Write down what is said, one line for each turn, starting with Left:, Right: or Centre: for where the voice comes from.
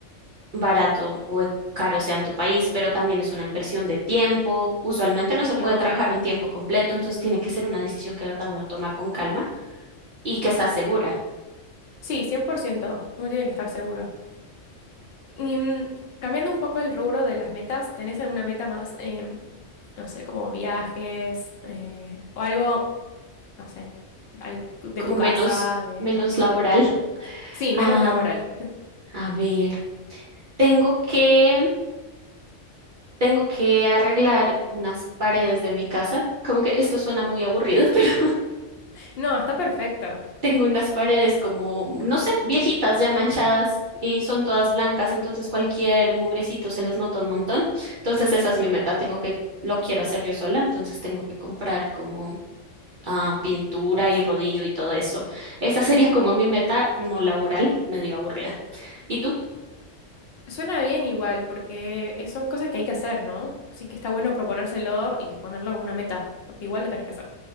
Right: barato o e- caro sea en tu país, pero también es una inversión de tiempo. Usualmente no
Left: Sí,
Right: se puede
Left: obvio.
Right: trabajar un tiempo completo, entonces tiene que ser una decisión que de verdad uno toma con calma y que está segura,
Left: Sí, 100%. uno tiene que estar seguro. Y mm, cambiando un poco el rubro de las metas, ¿tenés alguna meta más, eh, no sé, como viajes, eh, o algo, no sé, algo de
Right: como
Left: tu casa,
Right: menos,
Left: de...
Right: menos laboral.
Left: Sí,
Right: Am,
Left: menos laboral. <laughs>
Right: a ver, tengo que, tengo que arreglar unas paredes de mi casa. Como que esto suena muy aburrido, <laughs> pero
Left: No, está perfecto.
Right: Tengo unas paredes como, no sé, viejitas ya manchadas y son todas blancas, entonces cualquier mugrecito se les nota un montón. Entonces esa es mi meta, tengo que, lo quiero hacer yo sola, entonces tengo que comprar como ah, pintura y rodillo y todo eso. Esa sería como mi meta no laboral, medio aburrida. ¿Y tú?
Left: Suena bien igual, porque es- son cosas que hay que hacer, ¿no? Así que está bueno proponérselo y ponerlo como una meta, porque igual lo tenés que hacer.